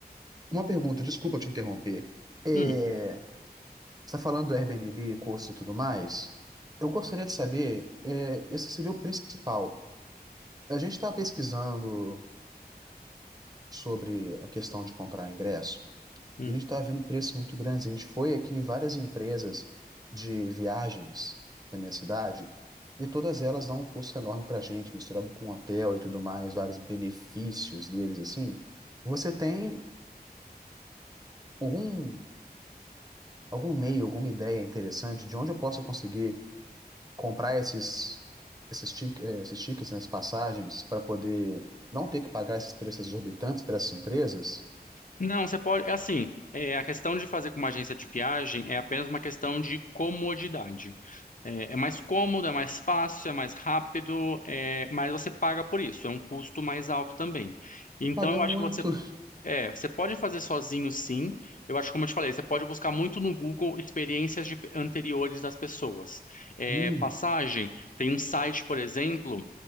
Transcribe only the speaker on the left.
Hum,
hum.
Não, você pode. É assim, é, a questão de fazer com uma agência de viagem é apenas uma questão de comodidade. É, é mais cômodo, é mais fácil, é mais rápido, é, mas você paga por isso, é um custo mais alto também. Então,
eu acho
que você É, você pode fazer sozinho, sim. Eu acho, como eu te falei, você pode buscar muito no Google experiências de- anteriores das pessoas. É,
passagem, tem um site, por exemplo